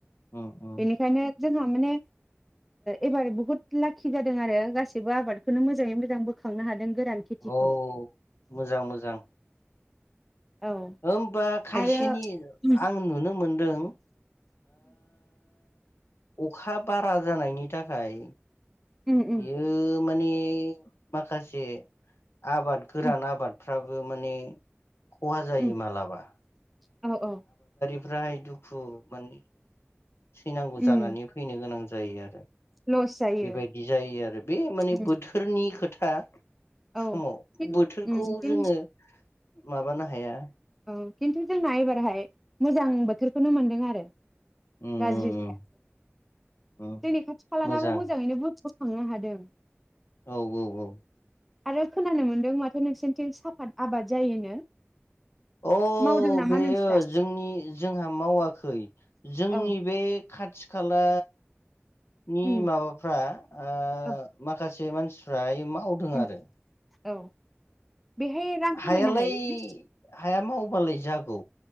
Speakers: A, on the left (about 65°); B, in the centre.
A: उम उम
B: बेनिखायनो। जोंहा माने एबार बुहुत लाखि जादों आरो गासि बो आबादखौनो मोजाङै मोजां बोखांनो हादों। गोरान खेथिखौ।
A: औ मोजां मोजां
B: औ
A: होमबा खायसेनि
B: आरो उम
A: आं नुनो मोन दों ओ अखा बारा जानायनि थाखाय
B: उम उम उम
A: यो माने माखासे आबाद गोरान
B: उम
A: आबादफ्राबो माने खहा जायो
B: उम
A: मालाबा।
B: औ औ
A: राय दुखु माने सैनांगौ
B: उम
A: जानानै फैनो गोनां जा जायो आरो।
B: लस जायो
A: बेबायदि जायो आरो बे माने
B: उम
A: बोथोरनि खोथा
B: औ
A: समाव
B: फिन
A: बोथोरखौ
B: उम फिन
A: जोङो माबानो हाया।
B: औ खिन्थु जोंना एबारहाय मोजां बोथोरखौनो मोनदों आरो।
A: उम
B: गाज्रि
A: उम
B: जाया
A: उम उम
B: जोंनि खाथि खालानाबो
A: मोजां
B: मोजाङैनो बु बोखांनो हादों।
A: औ औ औ
B: आरो खोनानो मोन्दों माथो नोंसोरथिं साफाद आबाद जायोनो?
A: अ
B: मावदों नामा
A: बेयो
B: नोंस्रा
A: जोंनि जोंहा मावाखै जोंनि
B: औ
A: बे खाथि खाला नि
B: उम
A: माबाफ्रा माखासे
B: औ
A: माखासे मानसिफ्रा मा मावदों
B: उम
A: आरो।
B: औ। बेहाय रां खामायनो
A: हायालाय
B: हायो ने
A: हाया मावबालाय जागौ